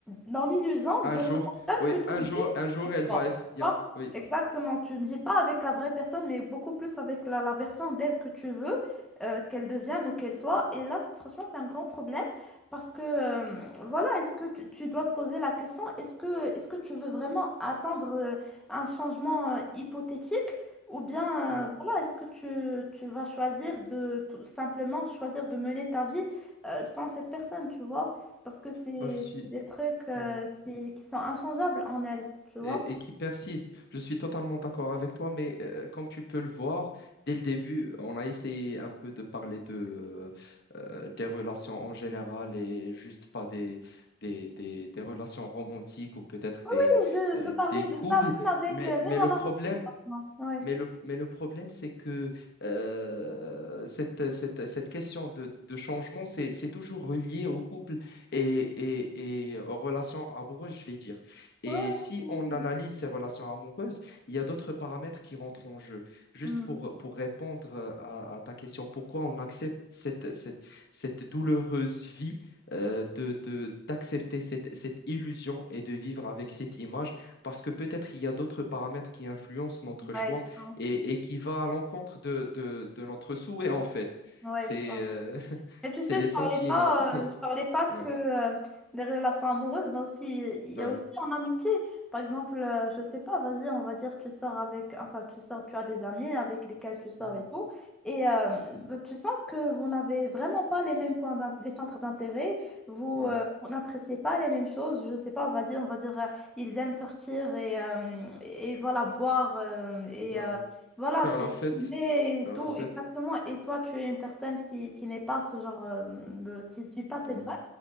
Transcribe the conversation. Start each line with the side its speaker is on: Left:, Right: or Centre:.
Centre: dans l'illusion
Left: Un
Centre: de
Left: jour,
Centre: la personne
Left: oui,
Centre: que tu
Left: un
Centre: veux
Left: jour, un jour,
Centre: qu'elle
Left: elle va
Centre: soit.
Left: être bien.
Centre: Tu vois?
Left: Oui,
Centre: Exactement, tu ne vis pas avec la vraie personne, mais beaucoup plus avec la, la version d'elle que tu veux euh, qu'elle devienne ou qu'elle soit. Et là, c'est- franchement, c'est un grand problème parce que, euh, voilà, est-ce que tu, tu dois te poser la question, est-ce que, est-ce que tu veux vraiment attendre euh, un changement euh, hypothétique? Ou bien,
Left: oui.
Centre: euh, voilà, est-ce que tu, tu vas choisir de tout simplement choisir de mener ta vie euh, sans cette personne, tu vois. Parce que c'est
Left: Bah, je suis.
Centre: c'est des trucs euh,
Left: ouais.
Centre: qui, qui sont inchangeables en elle, tu vois.
Left: Et, et qui persiste. Je suis totalement d'accord avec toi, mais euh, comme tu peux le voir, dès le début, on a essayé un peu de parler de, euh, des relations en général et juste pas des, des, des, des relations romantiques ou peut-être
Centre: Oui,
Left: des,
Centre: je,
Left: euh,
Centre: je parlais
Left: des
Centre: de
Left: couples.
Centre: ça même avec,
Left: Mais,
Centre: euh,
Left: mais
Centre: même en
Left: le problème,
Centre: amitié, par exemple. Ouais.
Left: Mais le, mais le problème, c'est que euh, cette, cette, cette question de, de changement, c'est, c'est toujours relié au couple et, et, et aux relations amoureuses, je vais dire. Et
Centre: Ouais,
Left: si
Centre: ouais, ouais.
Left: on analyse ces relations amoureuses, il y a d'autres paramètres qui rentrent en jeu. Juste
Centre: Mm.
Left: pour, pour répondre à, à ta question, pourquoi on accepte cette, cette, cette douloureuse vie euh, de, de, d'accepter cette, cette illusion et de vivre avec cette image? Parce que peut-être il y a d'autres paramètres qui influencent notre
Centre: Ouais,
Left: choix
Centre: je pense.
Left: et, et qui va à l'encontre de, de, de notre souhait, en fait.
Centre: Ouais,
Left: C'est
Centre: je pense.
Left: euh, <laughs>
Centre: Et tu
Left: c'est
Centre: sais,
Left: les
Centre: je
Left: sentiments.
Centre: parlais pas, euh, je parlais pas que
Left: Ouais,
Centre: euh, des relations amoureuses, mais aussi, il y
Left: ouais,
Centre: a aussi en amitié. Par exemple, euh, je sais pas, vas-y, on va dire, tu sors avec, enfin, tu sors, tu as des amis avec lesquels tu sors
Left: Mhm.
Centre: et tout. Et euh, bah, tu sens que vous n'avez vraiment pas les mêmes points, d'int- les centres d'intérêt, vous,
Left: ouais,
Centre: euh, vous n'appréciez pas les mêmes choses. Je sais pas, vas-y, on va dire, euh, ils aiment sortir et, euh, et voilà, boire euh, et
Left: ouais.
Centre: euh, voilà,
Left: Faire
Centre: c'est
Left: la fête.
Centre: fumé
Left: Faire
Centre: et tout,
Left: la fête.
Centre: exactement. Et toi, tu es une personne qui, qui n'est pas ce genre euh, de, qui ne suit pas cette
Left: Ouais,
Centre: vibe